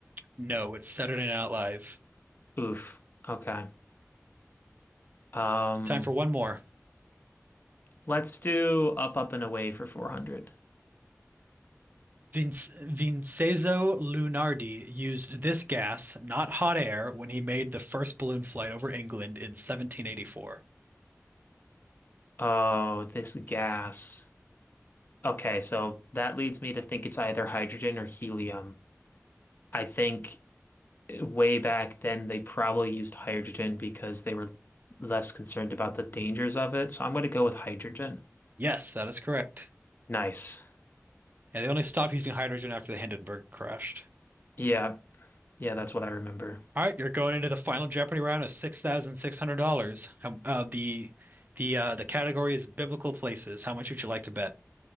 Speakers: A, on the right (about 35°); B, on the left (about 40°).
A: No, it's Saturday Night Live.
B: Oof. Okay. Um,
A: Time for one more.
B: let's do Up, Up and Away for 400.
A: Vince, Vincenzo Lunardi used this gas, not hot air, when he made the first balloon flight over England in 1784.
B: Oh, this gas. Okay, so that leads me to think it's either hydrogen or helium. I think way back then they probably used hydrogen because they were less concerned about the dangers of it. So I'm going to go with hydrogen.
A: Yes, that is correct.
B: Nice.
A: Yeah, they only stopped using hydrogen after the Hindenburg crashed.
B: Yeah. Yeah, that's what I remember.
A: All right, you're going into the final Jeopardy round of six thousand six hundred dollars. Um, Uh, the the uh, the category is biblical places. How much would you like to bet?